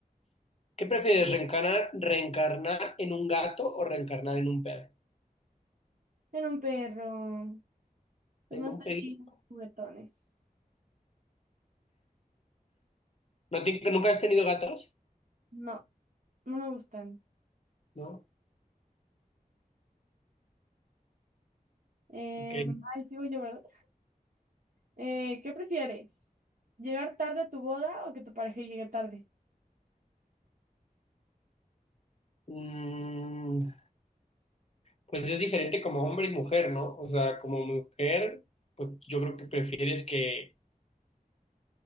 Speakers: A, on the left; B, on the right.
A: ¿Qué prefieres, reencarnar, reencarnar en un gato o reencarnar en un perro?
B: En un perro. Son
A: En
B: más
A: un
B: felices,
A: perro.
B: juguetones.
A: ¿No te- nunca has tenido gatos?
B: No. No me gustan.
A: ¿No?
B: Em,
A: Ok.
B: ay, sigo yo, ¿verdad? Eh, ¿qué prefieres? ¿Llegar tarde a tu boda o que tu pareja llegue tarde?
A: Mm, pues es diferente como hombre y mujer, ¿no? O sea, como mujer, pues yo creo que prefieres que,